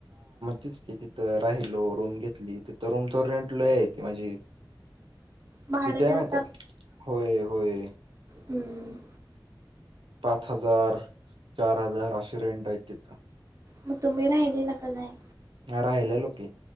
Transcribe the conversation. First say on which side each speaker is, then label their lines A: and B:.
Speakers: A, on the right; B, on the right.
A: तेच की तिथं राहिलो रूम घेतली तिथ रूमचा रेंट लय आहेत म्हणजे
B: भाडं
A: किती हाय
B: जास्त
A: माहितीया होय होय
B: हूं
A: पाच हजार चार हजार असे रेंट आहेत तिथं
B: मग तुम्ही राहिलेला का नाय
A: राहिल्यालो की